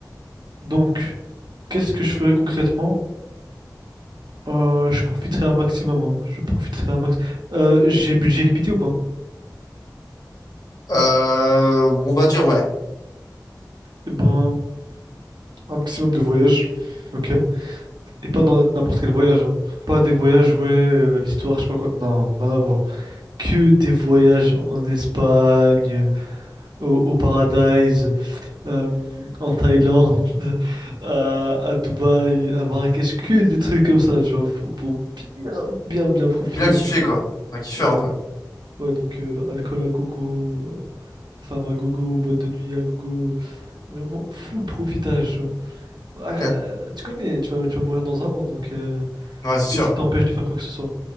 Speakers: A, on the right (about 70°); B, on the left (about 55°).
A: Donc, qu'est-ce que je ferais concrètement? Euh, je profiterai un maximum, hein. Je profiterai un max... Euh, j'ai budget limité ou pas?
B: Euh, on va dire, ouais,
A: Eh ben, un maximum de voyages, ok? Et pas dans n'importe quel voyage, hein. Pas des voyages, ouais, euh, l'histoire, je sais pas quoi. Non, rien à voir. Que des voyages en Espagne, euh, au, au Paradise, euh, en Thaïlande, <laughs> à, à Dubaï, à Marrakech, que des trucs comme ça, tu vois, faut- pour bien, bien, bien profiter.
B: pour bien kiffer, quoi. Enfin, kiffer
A: Ouais,
B: un peu.
A: ouais, donc euh, alcool à gogo, euh, femme à gogo, boîte de nuit à gogo, vraiment full profitage, tu vois. Ah,
B: Ok.
A: Euh, tu connais, tu vas, tu vas mourir dans un an, donc euh,
B: Ouais, c'est sûr.
A: qu'est-ce qui t'empêche de faire quoi que ce soit?